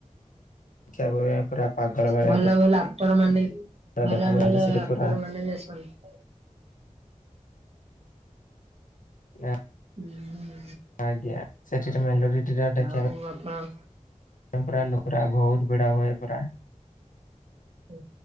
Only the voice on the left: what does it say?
ଖିଆ ପିଆ ପୁରା ପାଗଳ ଭଳିଆ
ପୁରା
ଦେଖନ୍ତି
ସେଠି
ପୁରା
<unintelligible>
ଆଜ୍ଞା ସେଠିରେ ମେଲା ବି ଦେଖିବା
ପାଇଁ
ପୁରା ଲ ପା ବହୁତ ବଡ଼ା ହୁ ପୁରା।